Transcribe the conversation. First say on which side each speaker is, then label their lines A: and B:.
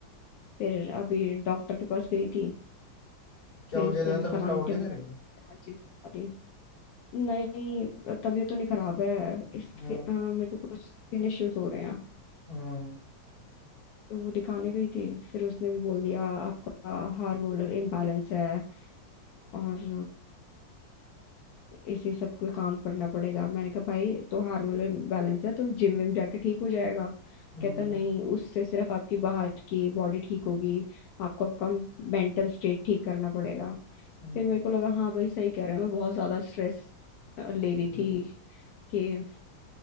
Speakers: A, on the left (about 70°); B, on the left (about 30°).
A: फिर अभी डॉक्टर के पास गई थी
B: क्या
A: फिर
B: हो
A: उसने
B: गया ज्यादा
A: भी फलाने
B: तबीयत खराब हो
A: ढिमका
B: गई तेरी
A: चार चीजें बता दी नहीं तबीयत तो नहीं खराब है इसके
B: हम्म
A: अ, मेरे को कुछ स्किन इश्यूज हो रहे हैं
B: हम्म
A: तो वो दिखाने गई थी फिर उसने भी बोल दिया आपका हार्मोनल इम्बैलेंस है और इसी सब पे काम करना पड़ेगा मैंने कहा भाई तो हार्मोनल इम्बैलेंस है तो जिम में जाके ठीक हो जाएगा
B: हम्म
A: कहता नहीं उससे सिर्फ आपकी बाहर की बॉडी ठीक होगी आपको आपका मेंटल स्टेट ठीक करना पड़ेगा
B: हम्म,
A: फिर मेरे को लगा हाँ भाई सही कह रहे हैं मैं बहुत ज्यादा स्ट्रेस ले रही
B: हम्म,
A: थी कि